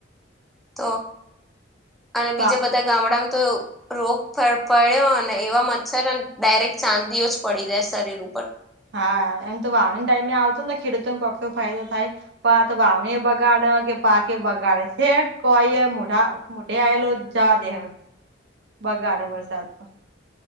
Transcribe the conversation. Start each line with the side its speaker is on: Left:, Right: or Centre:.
Centre: તો અને બીજા
Right: વા
Centre: બધા ગામડામાં તો રોગ પડ પડ્યો અને એવા મચ્છરને ડાયરેક્ટ ચાંદીઓ જ પડી જાય શરીર ઉપર
Right: હા એમ તો વાવણી ટાઈમે આવતો ને ખેડૂતો કોકો ફાયદો થાય. પા તો વાાવણી બગાડે કે પાકે બગાડે છેે, કહી મોઢા મોટે આયલો જા દે હ બગાડે વરસાદ તો